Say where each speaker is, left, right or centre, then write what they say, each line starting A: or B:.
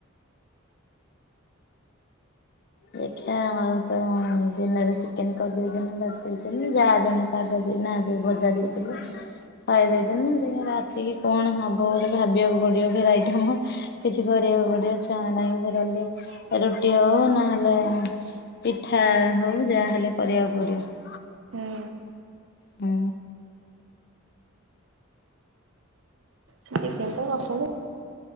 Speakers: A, on the left (about 50°); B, on the right (about 65°).
A: ଦେଖିଆ ଆଉ ତ ଦିନରେ ଚିକେନ କରିଦେଇଥିନି। <unintelligible> ଯାହା ଜଣେ ଶାଗ ଦେଇନା ଯୋଉ ଭଜା ଦେଇଥିଲେ।
B: ହୁଁ
A: ପାଇ ଦେଇେଥିଲିନି। ରାତିକି କଣ ହବ ବୋଲି ଭାବିବାକୁ ପଡିବ। ପୁଣି ଗୋଟେ ଆଇଟମ। କିଛି କରିବାକୁ ପଡିବ ଛୁଆଁ ନାହିଁ ବି ରହିଲ
B: ହୁଁ
A: ରୁଟି ହବ ନା ଭଲ ପିଠା ହଉ ଯାହା ହେଲେ କରିବାକୁ ପଡିବ।
B: ହୁଁ।
A: ହୁଁ।
B: ଟିକେ ତ କରଛନ୍ତି।